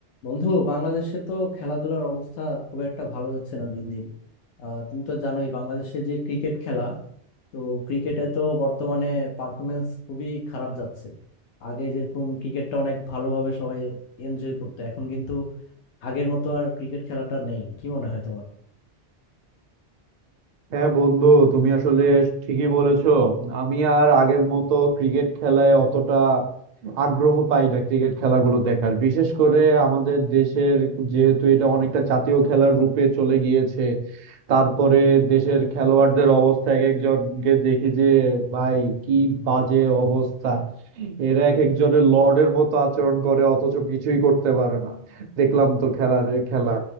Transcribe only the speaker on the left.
বন্ধু বাংলাদেশে তো খেলাধুলার অবস্থা খুব একটা ভালো যাচ্ছে না দিন দিন আহ, তুমি তো জানোই বাংলাদেশে যে ক্রিকেট খেলা তো ক্রিকেটে তো বর্তমানে পারফরমেন্স খুবই খারাপ যাচ্ছে আগে যেরকম ক্রিকেটটা অনেক ভালোভাবে সবাই এনজয় করতো এখন কিন্তু আগের মতো আর ক্রিকেট খেলাটা নেই কি মনে হয় তোমার